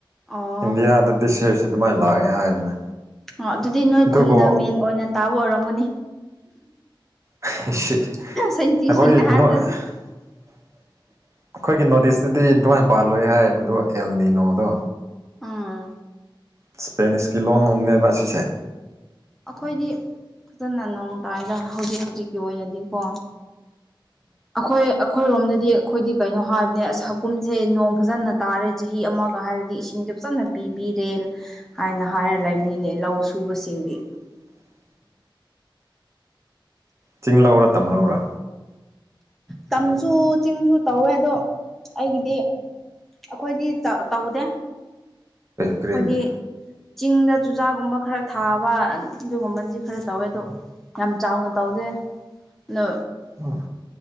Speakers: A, in the centre; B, on the right (about 35°).
A: ꯑꯣ
B: ꯏꯟꯗꯤꯌꯥꯗ ꯗꯤꯁꯤꯌꯔꯁꯤ ꯑꯗꯨꯃꯥꯏꯅ ꯂꯥꯛꯑꯦ ꯍꯥꯏꯕꯅꯦ
A: ꯑꯣ ꯑꯗꯨꯗꯤ ꯅꯣꯏ
B: ꯑꯗꯨꯕꯨ
A: ꯈꯨꯟꯗ ꯃꯦꯟ ꯑꯣꯏꯅ ꯇꯥꯕ ꯑꯣꯏꯔꯝꯒꯅꯤ
B: ꯑꯩꯈꯣꯏ
A: ꯁꯥꯏꯟꯇꯤꯁꯁꯤꯡꯅ ꯍꯥꯏꯕꯗ
B: ꯅ ꯑꯩꯈꯣꯏꯒꯤ ꯅꯣꯔꯠ ꯏꯁꯇꯨꯗꯤ ꯑꯗꯨꯃꯥꯏꯅ ꯄꯥꯜꯂꯣꯏ ꯍꯥꯏ ꯃꯗꯣ ꯑꯦꯜꯅꯤꯅꯣꯗꯣ
A: ꯑꯥ
B: ꯏꯁꯄꯦꯅꯤꯁꯀꯤ ꯂꯣꯟꯅꯦꯕꯁꯤꯁꯦ
A: ꯑꯩꯈꯣꯏꯗꯤ ꯐꯖꯅ ꯅꯣꯡ ꯇꯥꯏꯗ ꯍꯧꯖꯤꯛ ꯍꯧꯖꯤꯛꯀꯤ ꯑꯣꯏꯅꯗꯤꯀꯣ ꯑꯩꯈꯣꯏ ꯑꯩꯈꯣꯏꯔꯣꯝꯗꯗꯤ ꯑꯩꯈꯣꯏꯗꯤ ꯀꯩꯅꯣ ꯍꯥꯏꯕꯅꯦ ꯑꯁ ꯍꯀꯨꯝꯁꯦ ꯅꯣꯡ ꯐꯖꯟꯅ ꯇꯥꯔꯦ ꯆꯍꯤ ꯑꯃꯒ ꯍꯥꯏꯔꯗꯤ ꯏꯁꯤꯡ ꯐꯖꯅ ꯄꯤꯕꯤꯔꯦ ꯍꯥꯏꯅ ꯍꯥꯏꯔ ꯂꯩꯃꯤꯅꯦ ꯂꯧ ꯁꯨꯕꯁꯤꯡꯗꯤ
B: <unintelligible> ꯆꯤꯡ ꯂꯧꯔ ꯇꯝꯍꯧꯔꯥ
A: ꯇꯝꯁꯨ ꯆꯤꯡꯁꯨ ꯇꯧꯋꯦ ꯑꯗꯣ ꯑꯩꯒꯤꯗꯤ ꯑꯩꯈꯣꯏꯗꯤ ꯇꯧꯗꯦ
B: ꯀ꯭ꯔꯔꯤꯒꯤ
A: ꯑꯩꯈꯣꯏꯗꯤ ꯆꯤꯡꯗ ꯆꯨꯖꯥꯛꯒꯨꯝꯕ ꯈꯔ ꯊꯥꯕ ꯑꯗꯨꯒꯨꯝꯕꯗꯤ ꯈꯔ ꯇꯧꯋꯦ ꯑꯗꯣ ꯌꯥꯝ ꯆꯥꯎꯅ ꯇꯧꯗꯦ ꯑꯗꯣ
B: ꯎꯝ